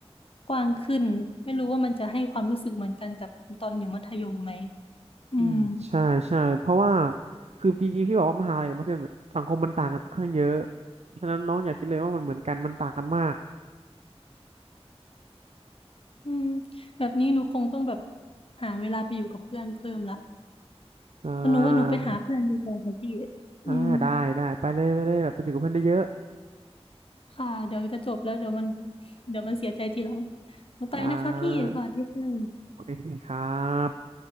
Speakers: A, on the left; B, on the right.
A: กว้างขึ้นไม่รู้ว่ามันจะให้ความรู้สึกเหมือนกันกับตอนอยู่มัธยมไหมอืม
B: อืมใช่ใช่เพราะว่าคือพีจีพี่บอกว่ามหาลัยกับมัธยมสังคมมันต่างกันค่อนข้างเยอะฉะนั้นน้องอย่าคิดเลยว่ามันเหมือนกันมันต่างกันมาก
A: อืมแบบนี้หนูคงต้องแบบหาเวลาไปอยู่กับเพื่อนเพิ่มละ
B: อ่
A: แต่หนูว่าหนูไปหาเพื่อนดีกว่าค่ะพี่
B: าอ่าได้ได้ไปเลยไปเลยแบบไปอยู่กับเพื่อนได้เยอะ
A: อืม ค่ะเดี๋ยวจะจบแล้วเดี๋ยวมันเดี๋ยวมันเสียใจทีหลังหนูไปนะคะพี่สวัสดีค่ะ
B: ๆได้โอเคครับ